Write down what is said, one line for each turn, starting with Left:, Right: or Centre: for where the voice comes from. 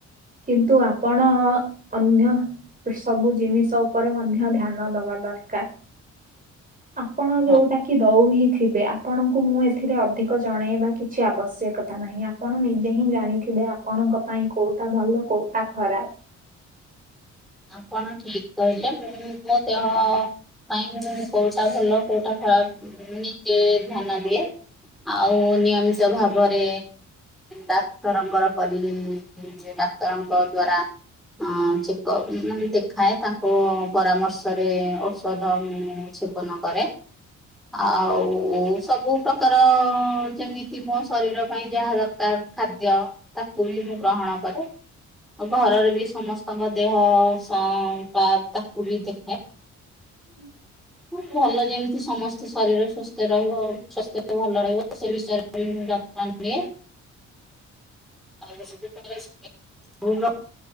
Right: କିନ୍ତୁ ଆପଣ ଅନ୍ୟ ସବୁ ଜିନିଷ ଉପରେ ମଧ୍ୟ ଧ୍ୟାନ ଦବା ଦରକାର। ଆପଣ ଯୋଉଟା
Centre: ହଁ
Right: କି ଦଉହି ଥିବେ ଆପଣଙ୍କୁ ମୁଁ ଏଥିରେ ଅଧିକ ଜଣେଇବା କି କିଛି ଆବଶ୍ୟକତା ନାହିଁ, ଆପଣ ନିଜେ ହିଁ ଜାଣିଥିବେ ଆପଣଙ୍କ ପାଇଁ କୋଉଟା ଭଲ କୋଉଟା ଖରାପ।
Centre: ଆପଣ ଠିକ କହିଲେ <unintelligible> ମୋ ଦେହ ପାଇଁ କୋଉଟା ଭଲ କୋଉଟା, ନିଜେ ଧ୍ୟାନ ଦିଏ। ଆଉ ନିୟମିତ ଭାବରେ ଡାକ୍ତରଙ୍କର ପରି ଡାକ୍ତରଙ୍କ ଦ୍ଵାରା ଆଁ ଚି ଦେଖାଏ ତାଙ୍କୁ ପରାମର୍ଶରେ ଔଷଧ ସେବନ କରେ। ଆଉ ସବୁ ପ୍ରକାର ଯେମିତି ମୋ ଶରୀର ପାଇଁ ଯାହା ଦରକାର ଖାଦ୍ୟ ତାକୁ ବି ମୁଁ ଗ୍ରହଣ କରେ। ଆ ଘରର ବି ସମସ୍ତଙ୍କ ଦେହ ପା ତାକୁ ବି ଦେଖେ।
Right: ହୁଁ।
Centre: ଭଲ ଯେମିତି ସମସ୍ତେ ଶରୀର ସୁସ୍ଥ ରହିବ ସ୍ୱାସ୍ଥ୍ୟ ଭଲ ରହିବ ସେ ବିଷୟରେ ଯତ୍ନ ନିଏ। <unintelligible>